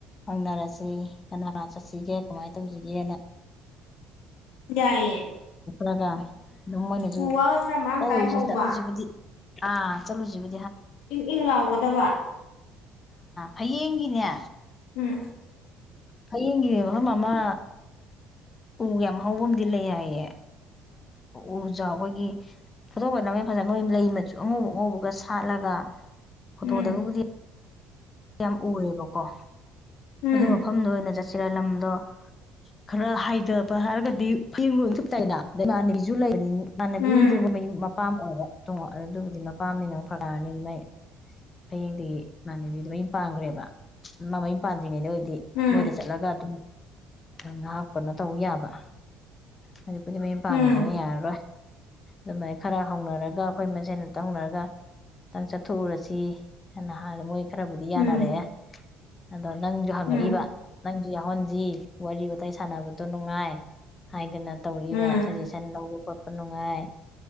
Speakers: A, on the left; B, on the left.
A: ꯍꯪꯅꯔꯁꯤ ꯀꯅꯥ ꯆꯠꯁꯤꯒꯦ ꯀꯃꯥꯏꯅ ꯇꯧꯁꯤꯒꯦꯅ
B: ꯌꯥꯏꯌꯦ
A: ꯭ꯔꯒ ꯑꯗꯨꯝ ꯃꯣꯏꯅꯁꯨ
B: ꯎ ꯋꯥꯒ ꯈꯔ ꯃꯔꯥꯡ
A: ꯇꯧꯔꯨꯁ
B: ꯀꯥꯏ ꯍꯧꯕ
A: ꯆꯠꯂꯨꯁꯤꯕꯨꯗꯤ ꯑ ꯆꯂꯨ ꯆꯕꯨ
B: ꯏꯪ ꯏꯪ ꯂꯥꯎꯒꯗꯕ
A: ꯍꯌꯦꯡꯒꯤꯅꯦ
B: ꯎꯝ
A: ꯍꯌꯦꯡꯒꯤꯅꯦ ꯃꯐꯝ ꯑꯃ ꯎꯒ ꯌꯥꯝ ꯍꯥꯎꯧꯕ ꯑꯃꯗꯤ ꯂꯩ ꯍꯥꯏꯌꯦ ꯎꯖꯥꯎ ꯑꯩꯈꯣꯏꯒꯤ ꯐꯣꯇꯣꯛ ꯈꯠꯅꯕ ꯌꯥꯝ ꯐꯖꯅ ꯃꯣꯏ ꯂꯩ ꯃꯆꯨ ꯑꯉꯧꯕ ꯑꯉꯧꯕꯒ ꯁꯥꯠꯂꯒ ꯐ
B: ꯎꯝ
A: ꯇꯣꯗꯒꯕꯨꯗꯤ ꯌꯥꯝ ꯎꯑꯦꯕꯀꯣ
B: ꯎꯝ
A: ꯑꯗꯨ ꯃꯐꯝꯗ ꯑꯣꯏꯅ ꯆꯠ ꯁꯤꯔꯥꯏ ꯂꯝꯗꯣ ꯈꯔ ꯍꯥꯏꯊꯕ ꯍꯥꯏꯔꯒꯗꯤ ꯐꯌꯦꯡ ꯂꯣꯏꯨꯞꯇꯥꯏꯅꯗ ꯏꯃꯥꯟꯅꯕꯤꯁꯨ ꯂꯩꯕꯅꯤ ꯃꯥꯥꯟꯅꯕꯤꯕꯨꯗꯤꯒꯨꯝꯩ
B: ꯎꯝ
A: ꯑꯄꯥꯝ ꯑꯣꯏꯔ ꯇꯣꯡꯉ ꯑꯗꯨꯕꯨꯗꯤ ꯃꯄꯥꯝꯅꯤꯅꯪ ꯐꯅꯔꯅꯤ ꯃꯩ ꯍꯌꯦꯡꯗꯒꯤ ꯏꯃꯥꯟꯅꯕꯤꯗꯨ ꯃ ꯄꯥꯡꯈ꯭ꯔꯦꯕ ꯃꯃꯩ ꯄꯥꯟꯗ꯭ꯔꯤꯉꯩꯗ ꯑꯣꯏ ꯍꯥꯏꯗꯤ
B: ꯎꯝ
A: ꯃꯣꯏꯗ ꯆꯠꯂꯒ ꯑꯗꯨꯝ ꯉꯍꯥꯛꯞꯄꯅꯣ ꯇꯧ ꯌꯥꯕ ꯑꯗꯨꯅꯤꯄꯨꯗꯤ ꯃꯌꯨꯝ ꯄꯥꯡꯉꯃꯤꯅꯤ
B: ꯎꯝ
A: ꯌꯥꯔꯔꯣꯏ ꯑꯗꯨꯃꯥꯏꯅ ꯈꯔ ꯍꯧꯅꯔꯒ ꯑꯩꯈꯣꯏ ꯃꯁꯦꯟ ꯑꯝꯇ ꯍꯧꯅꯔꯒ ꯑꯇꯪ ꯆꯠꯊꯣꯛꯎꯔꯁꯤ ꯍꯥꯏꯅ ꯍꯥꯏꯥꯟꯗ ꯃꯣꯏ ꯈꯔ ꯃꯌꯥꯅꯔꯦ
B: ꯎꯝ
A: ꯑꯗꯣ ꯅꯪꯁꯨ ꯍꯪꯉꯛꯏꯕ
B: ꯎꯝ
A: ꯅꯪ ꯌꯥꯎꯍꯟꯁꯤ ꯋꯥꯔꯤ ꯋꯥꯋꯇꯥꯏ ꯁꯥꯟꯅꯕꯗꯣ ꯅꯨꯡꯉꯥꯏ ꯍꯥꯏꯗꯅ ꯇꯧꯔꯤꯕ
B: ꯎꯝ
A: ꯁꯖꯦꯁꯟ ꯈꯣꯠꯄ ꯅꯨꯡꯉꯥꯏ